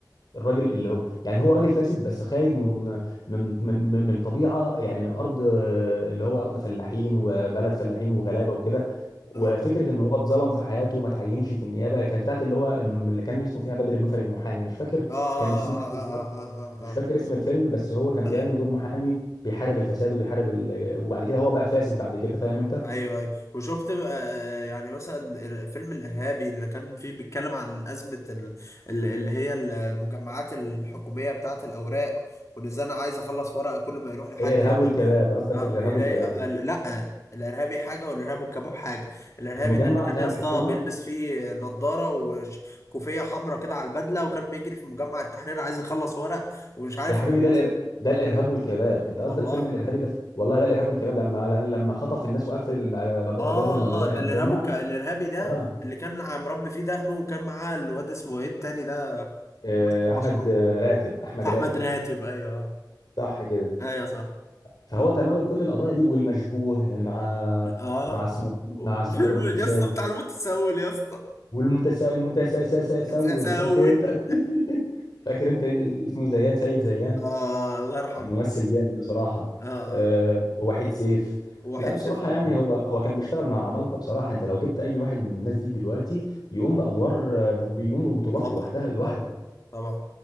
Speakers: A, on the left; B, on the left.
A: الراجل اللي هو يعني هو راجل فاسد بس خارج من من من من من طبيعه يعني من ارض آه، اللي هو ارض فلاحين وبلد فلاحين وغلابه وكده وفكره
B: اه
A: ان هو اتظلم في حياته وما تعينش في النيابه كانت بتاعت اللي هو الم- اللي كان اسمه فيها بدر النفل المحامي مش فاكر
B: اه اه
A: كان اسمها ايه بالظبط
B: اه
A: مش
B: اه
A: فاكر اسم الفيلم بس هو كان
B: ايوه
A: بيقايم بدور محامي بيحارب الفساد وبيحارب ال... وبعد كده هو بقى فاسد بعد كده فاهم انت
B: ايوه ايوه وشفت بقى آه، يعني مثلا فيلم الارهابي اللي كان فيه بيتكلم عن ازمه ال- ال- اللي هي المجمعات الحكوميه بتاعت الاوراق وان ازاي انا عايز اخلص ورقه كل ما يروح لحد
A: الارهاب
B: يا اما
A: والكباب قصدك
B: اه
A: الارهاب
B: يلاقي
A: والكباب
B: آه، آه، لا الارهابي حاجه والارهاب والكباب حاجه الارهابي
A: المجمع
B: ده اللي كان
A: بتاع
B: يا
A: الحكومه
B: اسطى بيلبس فيه نضاره وكوفيه حمراء كده على البدله وكان بيجري في مجمع التحرير عايز يخلص ورق ومش عارف
A: يا حبيبي
B: يخلصه
A: ده الإر... ده الارهاب والكباب انت قصدك
B: والله
A: فيلم الارهابي ده والله ده الارهاب والكباب لما لما خطف الناس وقفل الم- أبو-
B: اه
A: ابواب المج-
B: اه ده
A: المجمع
B: الارهاب والك... الارهابي ده
A: اه
B: اللي كان ع- مربي فيه دقنه وكان معاه الواد اسمه ايه التاني ده
A: آه،
B: الممثل المشهور
A: احمد آه، راتب احمد
B: احمد
A: راتب
B: راتب ايوه آه.
A: صح كده
B: ايوه صح
A: فهو تناول كل القضايا دي والمشبوه مع
B: اه
A: مع اسمه مع
B: وفيلم
A: اسمه فاروق الفيشاوي
B: يا اسطى بتاع المتسول يا اسطى
A: والمتساءل المتساءل
B: <laughs> تسول
A: فاكر انت <laughs> فاكر انت اسمه زيان سيد زيان
B: آه الله يرحمه
A: كان ممثل جامد بصراحة
B: آه آه.
A: أه ووحيد سيف
B: واحد
A: لا بصراحة
B: صفر طبعا
A: يعني هو هو كان بيشتغل مع عمالقة بصراحة انت لو جبت اي واحد من الناس دي دلوقتي يقوم بأدوار آه، ب- بيقوم ببطولات
B: طبعا
A: لوحدها لوحده
B: طبعا طبعا